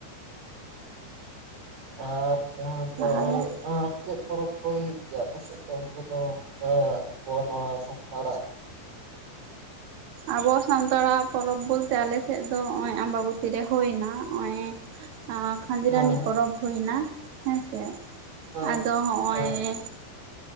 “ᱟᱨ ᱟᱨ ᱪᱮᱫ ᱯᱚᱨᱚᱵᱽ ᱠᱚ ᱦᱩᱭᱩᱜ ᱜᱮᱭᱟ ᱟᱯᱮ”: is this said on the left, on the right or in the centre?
Right